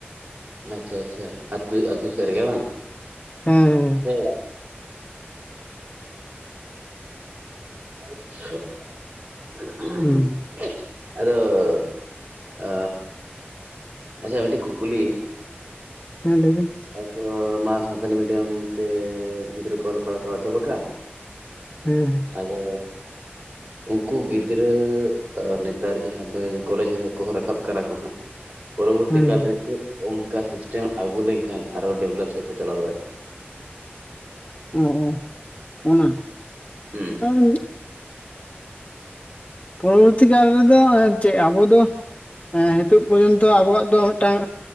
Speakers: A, on the right; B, on the left.
A: ᱟᱪᱪᱷᱟ ᱟᱪᱪᱷᱟ, ᱟᱹᱛᱩ ᱥᱮᱫ ᱨᱮᱜᱮ ᱵᱟᱝ?
B: ᱦᱮᱸ ᱦᱮᱸ ᱦᱮᱸ ᱾
A: ᱥᱮ ᱚᱲᱟᱜ ᱨᱮ᱾ ᱟᱪᱪᱷᱟ <inaudible>
B: ᱦᱩᱸ
A: ᱟᱫᱚ <inaudible> ᱟᱹ ᱟᱪᱪᱷᱟ, ᱢᱤᱫᱴᱤᱡ ᱠᱩᱠᱞᱤ᱾
B: ᱦᱮᱸ, ᱞᱟᱹᱭ ᱵᱮᱱ?
A: ᱟᱠᱚ ᱢᱟ ᱥᱟᱱᱛᱟᱞᱤ ᱢᱤᱰᱤᱭᱟᱢ ᱛᱮ ᱜᱤᱫᱽᱨᱟᱹ ᱠᱚ ᱚᱞᱚᱜ ᱯᱟᱲᱦᱟᱣ ᱠᱚ ᱮᱛᱦᱚᱵ ᱟᱠᱟᱫᱟ᱾
B: ᱦᱮᱸ᱾
A: ᱟᱫᱚ ᱩᱱᱠᱩ ᱜᱤᱫᱽᱨᱟᱹ ᱟᱹ ᱱᱮᱛᱟᱨ ᱡᱟᱦᱟᱸ ᱠᱚᱞᱮᱡᱽ ᱨᱮᱠᱚ ᱨᱟᱠᱟᱵ ᱠᱟᱱᱟ ᱠᱚ ᱦᱟᱸᱜ᱾ ᱯᱚᱨᱚᱵᱚᱨᱛᱤ
B: ᱦᱮᱸ
A: ᱠᱟᱞᱨᱮ ᱪᱮᱫ ᱚᱱᱠᱟ ᱥᱤᱥᱴᱮᱢ ᱟᱹᱜᱩ ᱞᱮᱱᱠᱷᱟᱱ ᱟᱨᱦᱚᱸ ᱰᱮᱵᱷᱞᱚᱯ ᱥᱮᱫ ᱵᱚ ᱪᱟᱞᱟᱣ ᱫᱟᱲᱮᱭᱟᱜᱼᱟ?
B: ᱚ <unintelligible> ᱚᱱᱟ,
A: ᱦᱩᱸ
B: <unintelligible> ᱯᱚᱨᱚᱵᱚᱨᱛᱤ ᱠᱟᱞ ᱨᱮᱫᱚ ᱪᱮᱫ ᱟᱵᱚ ᱫᱚᱼᱼ ᱦᱮᱸ, ᱱᱤᱛᱚᱜ ᱯᱚᱨᱡᱚᱱᱛᱚ ᱟᱵᱚᱣᱟᱜ ᱫᱚ ᱢᱤᱫᱴᱟᱝ